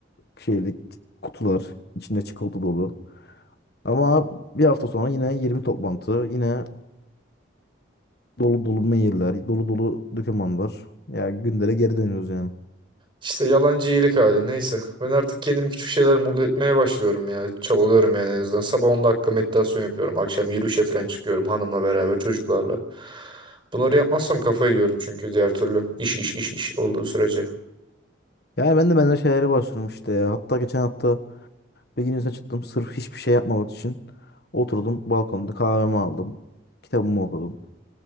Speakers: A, on the left (about 55°); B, on the right (about 25°).
A: şeylik kutular içinde çikolata dolu. Ama bir hafta sonra yine 20 toplantı, yine dolu dolu mailler, dolu dolu dokümanlar. Ya gündere geri dönüyoruz yani.
B: İşte yalancı iyilik hali neyse. Ben artık kendimi küçük şeyler mutlu etmeye başlıyorum ya. Çabalıyorum yani en azından. Sabah 10 dakika meditasyon yapıyorum. Akşam yürüyüşe falan çıkıyorum hanımla beraber çocuklarla. Bunları yapmazsam kafayı yiyorum çünkü diğer türlü. İş iş iş iş olduğu sürece.
A: Yani ben de benzer şeylere başladım işte ya. Hatta geçen hafta bir gün izne çıktım sırf hiçbir şey yapmamak için. Oturdum balkonda kahvemi aldım. Kitabımı okudum.